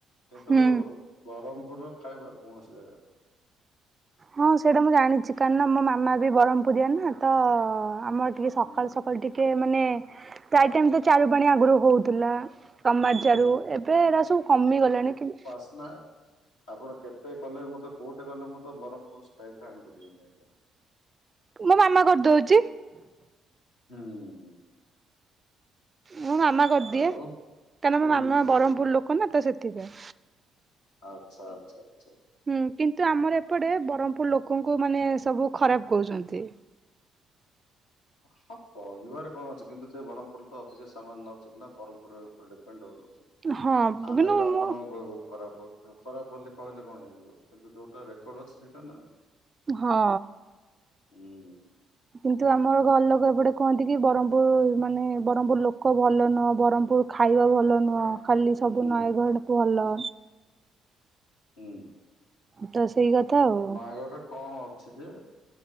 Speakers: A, on the left; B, on the right.
A: କିନ୍ତୁ
B: ହୁଁ
A: ବ୍ରହ୍ମପୁର ର ଖାଇବା କୌଣସି ଜାଗାରେ ନାହିଁ।
B: ହଁ ସେଇଟା ମୁଁ ଜାଣିଚି କାହିକିନା ମୋ ମାମା ବି ବରମ୍ପୁରିଆ ନା ତ ଆମର ଟିକେ ସକାଳୁ
A: ହୁଁ
B: ସକାଳୁ ଟିକେ ମାନେ ଚାରି ଟାଇମ ତ ଚାରୁ ପାଣି ଆଗରୁ ହଉଥିଲା। କାମାକ୍ଷାରୁ
A: ହୁଁ
B: ଏବେ ଏରା ସବୁ କମିଗଲାଣି କିନ୍
A: ସ୍ମା ଆପଣ କେତେ କଲେ ହେଲେ ମଧ୍ଯ, କୋଉଠେ କଲେ ହେଲେ ମଧ୍ଯ ବରମ୍ପୁରିଆ ଷ୍ଟାଇଲ ଟା ଆଣିପାରିବନି।
B: ମୋ ମାମା କରିଦଉଚି।
A: ହୁଁ ହଁ।
B: ମୁଁ ମାମା କରିଦିଏ।
A: ଆଉ
B: କାହିଁକନା
A: ହୁଁ
B: ମୋ ମାମା
A: ହୁଁ
B: ବରମ୍ପୂର
A: ହୁଁ
B: ଲୋକ ନା ତ ସେଥିପାଇଁ।
A: ଆଚ୍ଛା ଆଚ୍ଛା ଆଚ୍ଛା।
B: ହୁଁ କିନ୍ତୁ ଆମର ଏପଟେ ବରମ୍ପୂର ଲୋକଙ୍କୁ ମାନେ ସବୁ ଖରାପ କହୁଚନ୍ତି।
A: ହଁ କହିବାରେ କଣ ଅଛି କିନ୍ତୁ ସେ ବରମ୍ପୁର ତ ଅତିିକ ସେମାନେ ଯାଉଚନ୍ତି ନା ବରମ୍ପୁର ଉପରେ ଡିପେଣ୍ଡ ହ କରୁଚନ୍ତି।
B: ହଁ
A: ଆମେ
B: କିନ୍ତୁ
A: ବି ଆପଣଙ୍କୁ
B: ମୁଁ
A: କହିବୁ ଖରାପ। ଉଁ ଖରାପ ବୋଲି କହିଲେ କଣ ହେଇଯିବ କିନ୍ତୁ ଯୋଉଟା ରେକର୍ଡ ଅଛି ସେଇଟା ନା ଆଉ।
B: ହଁ।
A: ହୁଁ।
B: କିନ୍ତୁ ଆମର ଘର ଲୋକ ଏପଟେ କୁହନ୍ତି କି ବରମ୍ପୁର ମାନେ ବରମ୍ପୁର ଲୋକ ଭଲ ନୁହଁ। ବରମ୍ପୁର ଖାଇବା ଭଲ ନୁହ। ଖାଲି ସବୁ
A: ହୁଁ
B: ନୟାଗଡ଼ ଭଲ।
A: ହୁଁ
B: ତ ସେଇ କଥା ଆଉ
A: ନୟାଗଡ଼ ରେ କଣ ଅ ଛି ଯେ